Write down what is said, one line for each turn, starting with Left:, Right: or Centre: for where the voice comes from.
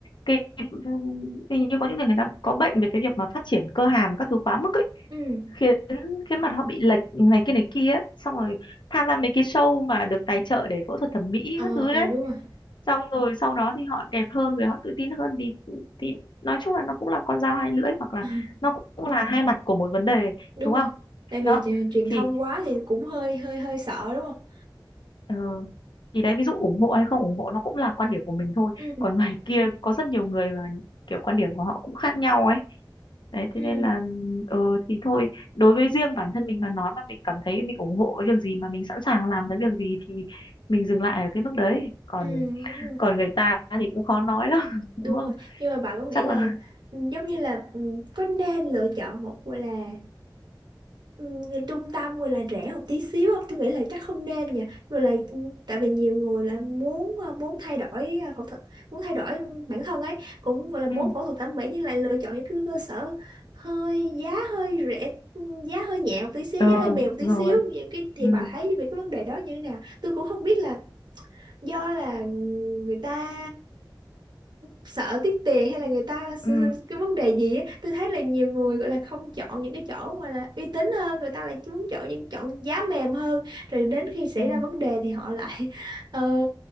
Left: cái hình như có những người người ta có bệnh về cái việc mà phát triển cơ hàm các thứ quá mức ấy
Right: ừ
Left: khiến khiến mặt họ bị lệch này kia này kia ấy. xong rồi tham gia mấy cái show mà được tài trợ để phẫu thuật thẩm mỹ
Right: ờ
Left: các thứ
Right: ờ
Left: đấy
Right: đúng rồi
Left: xong rồi sau đó thì họ đẹp hơn rồi họ tự tin hơn thì thì nói chung là nó cũng là con dao hai lưỡi hoặc là
Right: <laughs>
Left: nó cũng là hai mặt của một vấn đề
Right: đúng
Left: đúng
Right: rồi
Left: không
Right: tại
Left: đó
Right: vì truyền
Left: thì
Right: thông quá thì cũng hơi hơi hơi sợ đúng không
Left: ờ, thì đấy ví dụ ủng hộ hay không ủng hộ nó cũng là quan điểm của mình thôi
Right: ừ
Left: còn ngoài kia có rất nhiều người là kiểu quan điểm của họ cũng khác nhau ấy đấy thế
Right: ừ
Left: nên là ờ thì thôi đối với riêng bản thân mình mà nói mà mình cảm thấy mình ủng hộ cái việc gì mà mình sẵn sàng làm cái việc gì thì mình dừng lại ở cái mức đấy còn
Right: ừ đúng rồi
Left: còn người ta thì cũng khó nói lắm <laughs> đúng
Right: đúng rồi
Left: không
Right: nhưng mà bạn có nghĩ
Left: chắc
Right: là
Left: là
Right: ừ, giống như là ừ, có nên lựa chọn một gọi là ừ, trung tâm gọi là rẻ một tí xíu không tôi nghĩ là chắc không nên nha rồi là ừ, tại vì nhiều người là muốn ờ, muốn thay đổi ờ, phẫu thuật muốn thay đổi bản thân ấy cũng gọi là muốn
Left: ừ
Right: phẫu thuật thẩm mỹ nhưng lại lựa chọn những cái cơ sở hơi giá hơi rẻ ừ, giá hơi nhẹ một tí xíu
Left: ờ
Right: giá hơi mềm một tí
Left: rồi
Right: xíu những cái thì
Left: ừ
Right: bà thấy về cái vấn đề đó như thế nào tôi cũng không biết là do là người ta sợ tiếc tiền hay là người ta
Left: ừ
Right: <laughs> cái vấn đề gì á tôi thấy là nhiều người gọi là không chọn những cái chỗ mà là uy tín hơn người ta lại muốn chọn những chọn giá mềm hơn rồi đến khi xảy
Left: ừ
Right: ra vấn đề thì họ lại <laughs> ờ,